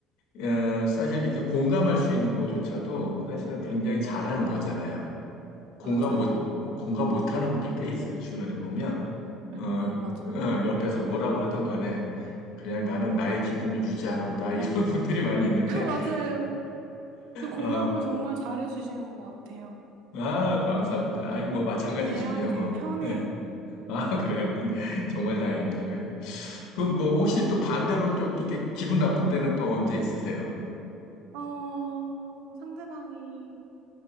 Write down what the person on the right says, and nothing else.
맞아요.
네, 맞아요.
<laughs> 맞아요. 근데 공감을
정말 잘해주시는 것 같아요.
대하기 되게
편해요.
어, 상대방이